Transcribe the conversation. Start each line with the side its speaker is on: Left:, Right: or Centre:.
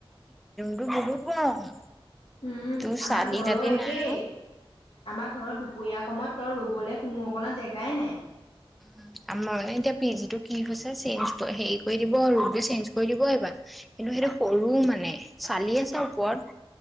Centre: তোৰ বহুত গৰম।
Left: উম
Centre: তোৰ
Left: আমাৰ
Centre: চালি
Left: ঘৰৰ
Centre: তালি
Left: একেই,
Centre: নাই আৰু
Left: আমাৰ ঘৰত দুপৰীয়া সময়ত তই ৰবি গ'লে কোনো অকণা জেগাই নাই।
Centre: <inaudible> <unintelligible> আমাৰ মানে এতিয়া পি জিটো কি হৈছে চেঞ্জ কৰি হেৰি কৰি দিব ৰুমটো চেঞ্জ কৰি দিব এইবাৰ কিন্তু সৰু মানে চালি আছে ওপৰত